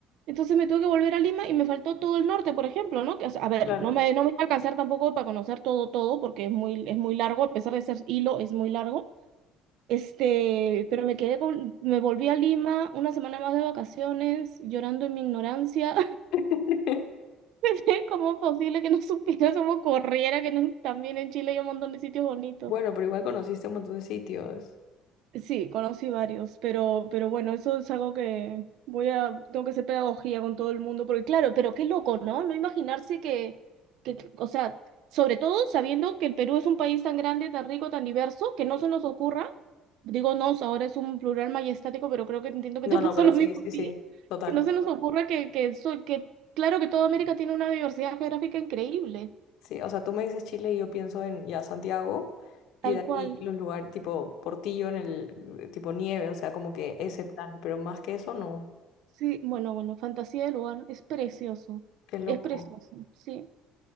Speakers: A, on the right (about 65°); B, on the left (about 65°).
A: Entonces me tuve que volver a Lima y me faltó todo el norte, por ejemplo, ¿no? Que, o sea, a ver,
B: Claro.
A: no me, no me iba a alcanzar tampoco para conocer todo, todo, porque es muy, es muy largo, a pesar de ser hilo, es muy largo. Este, pero me quedé con, me volví a Lima una semana más de vacaciones, llorando en mi ignorancia.
B: <laughs>
A: <laughs> ¿Cómo es posible que no supiera cómo corriera, que no- también en Chile hay un montón de sitios bonitos?
B: Bueno, pero igual conociste un montón de sitios.
A: Sí, conocí varios, pero, pero bueno, eso es algo que voy a, tengo que hacer pedagogía con todo el mundo, porque claro, pero qué loco, ¿no? No imaginarse que, que, que- o sea, sobre todo sabiendo que el Perú es un país tan grande, tan rico, tan diverso, que no se nos ocurra, digo nos, ahora es un plural majestático, pero creo que entiendo que
B: No,
A: te <laughs> pasó
B: no, pero
A: lo
B: sí,
A: mismo
B: sí,
A: a ti,
B: sí, total.
A: que no se nos ocurra que, que, soy, que claro que toda América tiene una diversidad geográfica increíble,
B: Sí, o sea, tú me dices Chile y yo pienso en ya Santiago
A: tal
B: y de ahí
A: cual.
B: los lugares tipo Portillo en el tipo nieve, o sea, como que ese plan, pero más que eso no.
A: Sí, bueno, bueno, fantasía del lugar, es precioso,
B: Qué loco.
A: es precioso, sí.